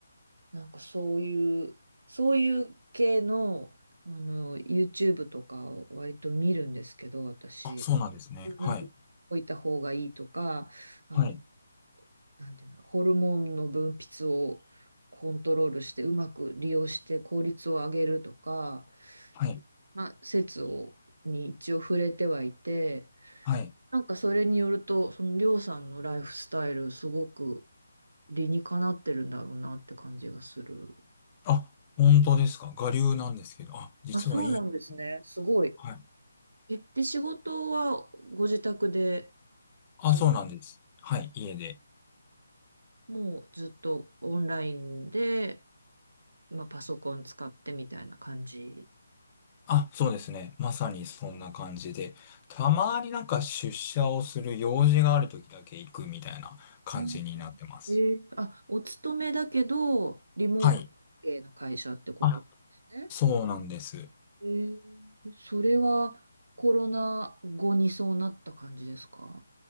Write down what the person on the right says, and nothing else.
なんかそういう、そういう系の、あの、YouTube とかを割と見るんですけど、私。
うん
置いた方がいいとか、あの
なんていうんだろう、ホルモンの分泌をコントロールしてうまく利用して効率を上げるとか、
まあ、説をに一応触れてはいて、
なんかそれによると、そのりょうさんのライフスタイル、すごく理にかなってるんだろうなって感じがする。
あ、そうなんですね。すごい。
え、で、仕事はご自宅で、
そ
もうずっとオンラインで、まあ、パソコン使ってみたいな感じ
うんえー、あ、お勤めだけど、リモート系の会社ってことですね。
えー、それはコロナ後にそうなった感じですか